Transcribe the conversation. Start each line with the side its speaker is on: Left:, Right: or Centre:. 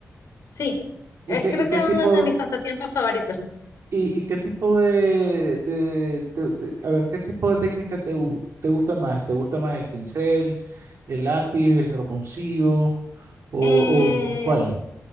Left: sí.
Right: ¿Y
Left: Es
Right: qué,
Left: creo
Right: y qué
Left: que es
Right: tipo,
Left: uno de mis pasatiempos favoritos.
Right: ¿Y, y qué tipo de, de- te- te- a ver, qué tipo de técnica te, gu- te gusta más? ¿Te gusta más el pincel, el lápiz, el carboncillo o, o-
Left: Eh,
Right: o cuál?